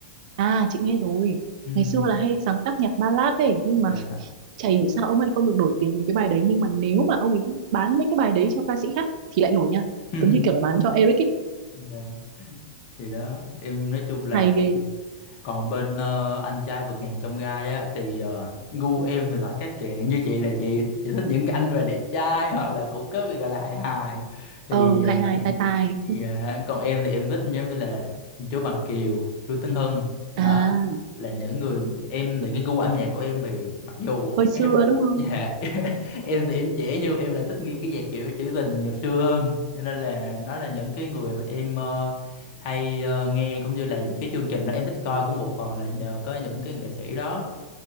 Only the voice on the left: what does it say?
Ừm,
dạ
<laughs>
dạ thì đó em nói chung là
còn bên ờ, anh trai vượt ngàn chông gai á thì ờ, gu em thì lại khác chị như chị là chị chị thích những cái anh mà đẹp trai hoặc là cũng có cái gọi là hài hài thì
ờ,
Dạ, còn em thì em thích giống như là chú Bằng Kiều, chú Tấn Hưng đó
là những người em thì cái gu âm nhạc của em thì mặc dù
em
dạ <laughs> em thì em trẻ nhưng em lại thích nghe cái nhạc kiểu trữ tình Nhật xưa hơn cho nên là đó là những cái người mà em ờ, hay ờ, nghe cũng như là những cái chương trình đó em thích coi cũng một phần là nhờ có những cái nghệ sĩ đó